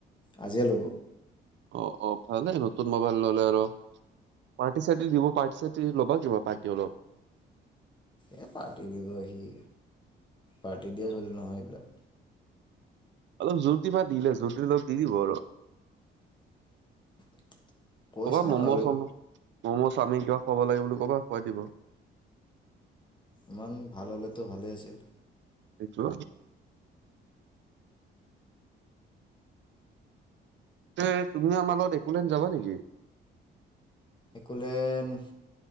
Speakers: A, on the left; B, on the right.
A: আজিয়ে ল'ব।
B: অ ', অ ', ভালেই নতুন ম'বাইল। ল'লে আৰু, ৰ্পাটী ৰ্ছাটী দিব ৰ্পাটী ৰ্ছাটী লগত দিব আৰু।
A: এ পাৰ্টি দিবহি, পাৰ্টি দিয়া চলি নহয় এইবিলাক।
B: অলপ জোৰ দিবা, দিলে জোৰদি অলপ দি দিব আৰু।
A: <inaudible> কৈ
B: ক'বাৰ
A: চাম
B: ম'ম'
A: আৰু
B: চম ম'ম', চাউমিন কিবা খুৱাব লাগে বুলি ক'বা খুৱাই দিব।
A: ইমান ভাল হলেতো ভালে আছিল।
B: সেইটো। যে তুমি আমাৰ লগত একলেনদ যাবা নেকি?
A: একলেনদ,